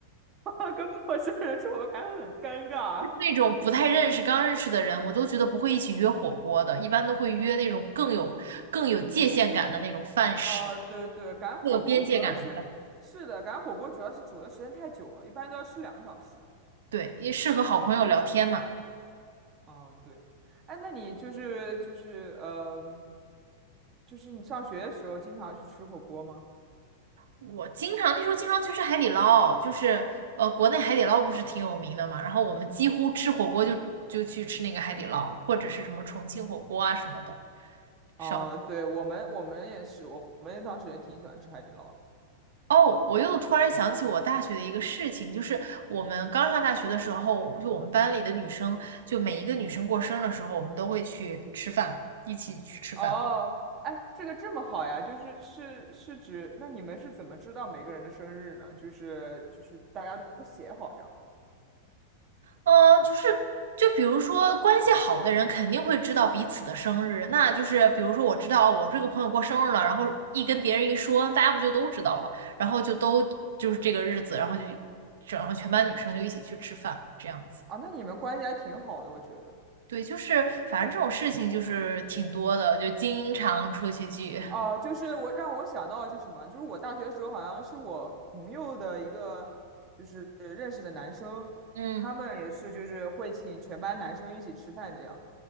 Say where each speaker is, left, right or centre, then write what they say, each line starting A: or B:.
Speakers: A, on the right; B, on the right.
A: <laughs> 跟陌生人吃火锅感觉很尴尬。
B: 那种不太认识、刚认识的人，我都觉得不会一起约火锅的，一般都会约那种更有更有界限感的那种饭食，
A: 哦，对对，赶火锅主要是是的，
B: 更有边界感的。
A: 赶火锅主要是煮的时间太久了，一般都要吃两个小时。
B: 对，因为适合好朋友聊天嘛。
A: 嗯，对。哎，那你就是就是呃，就是你上学的时候经常去吃火锅吗？
B: 我经常那时候经常去吃海底捞，就是呃，国内海底捞不是挺有名的嘛，然后我们几乎吃火锅就就去吃那个海底捞，或者是什么重庆火锅啊什么的。烧
A: 哦，对，我们我们也是，我们当时也挺喜欢吃海底捞的。
B: 哦，我又突然想起我大学的一个事情，就是我们刚上大学的时候，就我们班里的女生，就每一个女生过生日的时候，我们都会去吃饭，一起去吃饭。
A: 哦，哎，这个这么好呀，就是是是指，那你们是怎么知道每个人的生日呢？就是就是大家都写好这样吧？
B: 嗯，呃就是就比如说关系好的人肯定会知道彼此的生日，那就是比如说我知道我这个朋友过生日了，然后一跟别人一说，大家不就都知道了，然后就都就是这个日子，然后就整上全班女生就一起去吃饭，这样子。
A: 啊，那你们关系还挺好的，我觉得。
B: 对，就是反正这种事情就是挺多的，就经常出去聚。
A: 哦，就是我让我想到就是什么，就是我大学的时候好像是我朋友的一个就是认识的男生，
B: 嗯，
A: 他们也是就是会请全班男生一起吃饭这样，